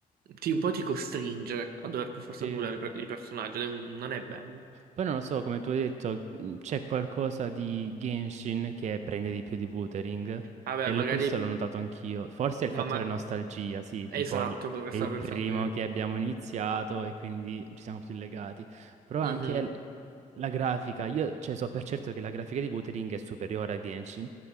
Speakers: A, on the right; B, on the right.
A: ti, un po' ti costringe a dover per forza
B: Sì,
A: pulire per- i personaggi, ed è un- non è bello.
B: Poi non lo so, come tu hai detto, mh, c'è qualcosa di Genshin che prende di più di Wuthering
A: Vabbè,
B: e
A: magari...
B: lo- questo l'ho notato anch'io. Forse
A: Ma,
B: è il fattore
A: ma-
B: nostalgia, sì,
A: è
B: tipo
A: esatto
B: l-
A: quello che
B: è
A: stavo
B: il primo
A: pensando io.
B: che abbiamo iniziato e quindi ci siamo più legati. Però anche
A: Mhm,
B: l- la grafica, io cioè, so per certo che la grafica di Wuthering è superiore a Genshin,